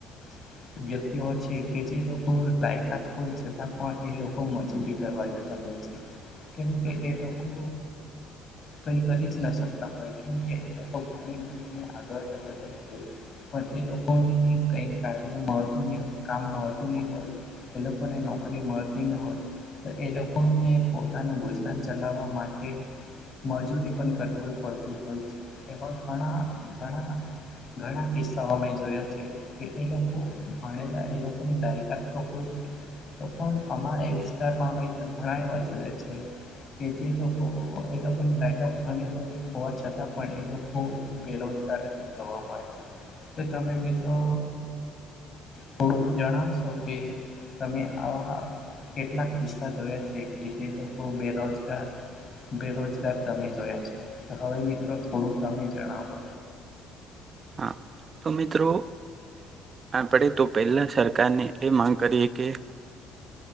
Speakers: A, on the left; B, on the right.
A: <inaudible> વ્યક્તિઓ છે કે જે લોકો લાયકાત હોય છતાં પણ એ લોકો મજૂરી કરવા જતા હોય છે. કેમ કે એ લોકો કઈ કરી જ ના શકતા હોય. કેમ કે એ લોકો ભણી ઘણી ને આગળ <unintelligible> પણ એ લોકોને કઈ કાર્ય મળતું નહી કામ મળતું નહી હોય. એ લોકોને નોકરી મળતી ન હોય. તો એ લોકોને પોતાનું ગુજરાન ચલાવવા માટે મજૂરી પણ કરવી પડતી હોય છે એમાં ઘણા ઘણા ઘણા કિસ્સાઓ મે જોયા છે. કે એ લોકો ભણેલા એ લોકોની લાયકાત તો હોય છે. તો પણ અમારે વિસ્તારમાં અમે તો ઘણા એવા જોયા છે. કે જે લોકો એ લોકોની લાયકાત ભલે હોય હોવા છતાં છતાં પણ એ લોકો બેરોજગાર જ જોવા મળે છે. તો તમે મિત્રો થોડુંક જણાવશો કે તમે આવા કેટલાક કિસ્સા જોયા છે કે જે લોકો બેરોજગાર બેરોજગાર તમે જોયા છો હવે મિત્રો થોડું તમે જણાવો.
B: હા! તો મિત્રો, આપણેે તો પહેલા સરકારને એ માંગ કરીએ કે